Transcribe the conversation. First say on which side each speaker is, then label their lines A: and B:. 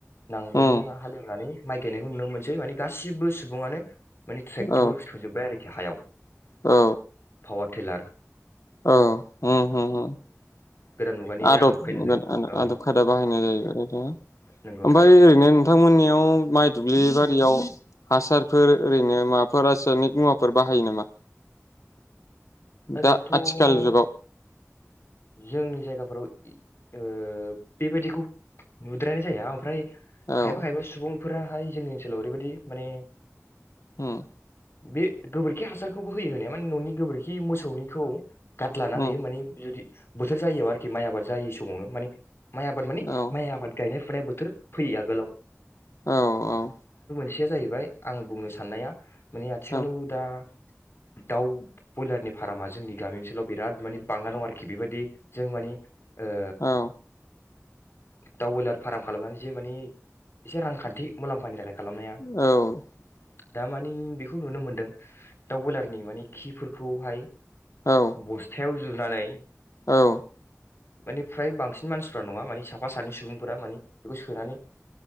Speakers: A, on the left; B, on the left.
A: नांगोल
B: उम
A: जों हालेवनानै माइ गायनायखौ नुनो मोनसै माने गासिबो सुबुङानो मानि ट्रेक्टर
B: औ
A: सोजोबबाय आरोखि हायाव
B: औ
A: पावारटिलार
B: औ <unintelligible>
A: गोदान मुगानि
B: आदबगोन
A: आदब खायदाजों औ
B: आदब खायदा बाहायनाय जायोबाय
A: नंगौ
B: ओमफाय
A: थारैनो
B: ओरैनो नोंथांमोननियाव माय दुब्लि बारियाव हासार फोर ओरैनो माबाफोर रासायनिक मुवाफोर बाहायो नामा?
A: ओरैनोथ'
B: दा आथिखाल जुगाव
A: जोंनि जायगाफोराव ओ बेबायदिखौ नुद्रायनाय जाया ओमफ्राय
B: औ
A: खायफा खायफा सुबुं फोराहाय जोंनि ओनसोलाव ओरैबायदि माने
B: होम
A: बे गोबोरखि हासारखौबो होयो होनाया माने न'नि गोबोरखि मोसौनिखौ गार्डलाना होयो
B: उम
A: माने जुदि बोथोर जायो आरोखि माइ आबाद जायै समावनो माने माइ आबाद मानि
B: औ
A: माइ आबाद गायनाय <unintelligible> बोथोर फैयो आगोलाव
B: औ औ
A: सेया जाहैबाय आं बुंनो साननाया माने
B: औ
A: आथिखालाव दा दाउ ब्रयलारनि फार्मआ जोंनि गामि ओनसोलाव बिराद माने बांना दं आरोख खि बेबायदि जों मानि ओ
B: औ
A: दाउ वयलार फार्म खालामनानैसो माने एसे रांखान्थि मुलाम्फानि थाखाय
B: औ
A: खालामनाया दा मानि बेखौ नुनो मोनदों दाउ बयलारनि मानि खिफोरखौहाय।
B: औ
A: बस्थायाव जुनानै
B: औ।
A: मानि फ्राय बांसिन मानसिफोरा नङा मानि साफा सानै सुबुंफोरा मानि बेखौ सोनानै